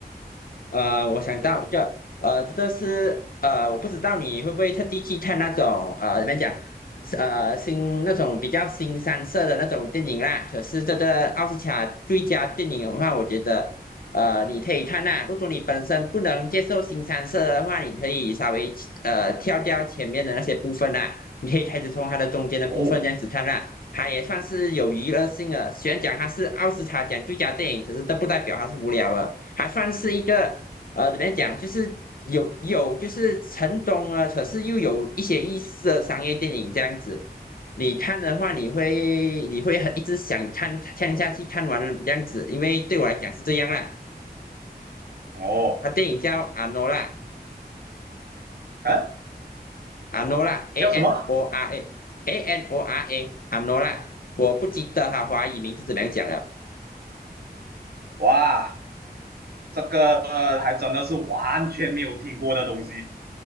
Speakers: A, on the left; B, on the right.
A: 呃，我想到一个，呃，这个是呃，我不知道你会不会特地去看那种呃，怎么讲，是呃，新那种比较新三色的那种电影啦。可是这个奥斯卡最佳电影的话，我觉得呃，你可以看啦。如果你本身不能接受新三色的话，你可以稍微呃跳掉前面的那些部分啦，你可以开始从它的中间的部分这样子看啦。
B: 哦
A: 它也算是有娱乐性的，虽然讲它是奥斯卡奖最佳电影，可是这不代表它是无聊的。还算是一个呃，怎么样讲，就是有有就是成功了，可是又有一些意思的商业电影这样子。你看的话，你会你会很一直想看看下去，看完了这样子，因为对我来讲是这样啦。
B: 哦，
A: 他电影叫阿诺拉，
B: 啊，
A: 阿诺拉 A
B: 叫什么？
A: N O R A A N O R A 阿诺拉，我不记得哈，华语名字怎么样讲了。
B: 哇！这个还真的是完全没有听过的东西。